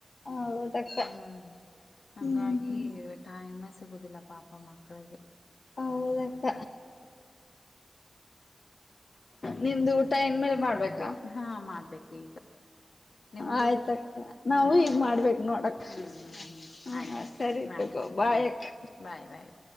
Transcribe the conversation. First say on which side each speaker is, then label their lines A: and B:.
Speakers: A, on the left; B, on the left.
A: ಹೌದಕ್ಕ
B: ಹ್ಮ್ ಹಂಗಾಗಿ
A: ಹ್ಮ್
B: ಟೈ ಮೆ ಸಿಗುದಿಲ್ಲ ಪಾಪ ಮಕ್ಕಳಿಗೆ.
A: ಹೌದಕ್ಕ
B: ಹ್ಮ್
A: ನಿಂದ್ ಊಟ ಇನ್ಮೇಲ್ ಮಾಡ್ಬೇಕ.
B: ಹಾ ಮಾಡ್ಬೇಕು ಈಗ ನಿಮ್ದು
A: ಆಯ್ತಕ್ಕ
B: ಹ್ಮ್
A: ನಾವು ಈಗ ಮಾಡ್ಬೇಕ ನೋಡಕ್
B: ಹ್ಮ್ ಹ್ಮ್ ಹ್ಮ್
A: ಹ
B: ಆಯ್ತ್ ಆಯ್
A: ಸರಿ
B: ಮಾಡ್ರಿ
A: ತಗೋ ಬಾಯಕ್ಕ
B: ಹಾ ಬಾಯ್ ಬಾಯ್.